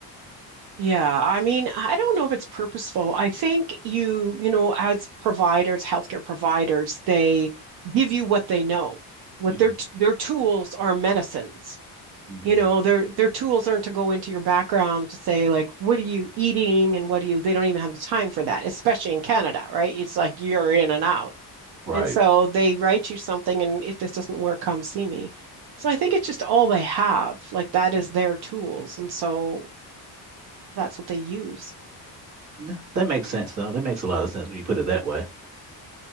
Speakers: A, on the right; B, on the right.
A: Yeah. I mean, I don't know if it's purposeful. I think you, you know, as providers, healthcare providers, they give you what they know. What
B: hmm
A: their t- their tools are medicines.
B: hmm
A: you know, their their tools aren't to go into your background to say like, what are you eating and what do you, they don't even have the time for that, especially in Canada, right? It's like you're in and out.
B: Right.
A: And so they write you something and if this doesn't work, come see me. So I think it's just all they have. Like that is
B: Mhm.
A: their tools. And so that's what they use.
B: Yeah, that makes sense though. That makes a lot of sense when you put it that way.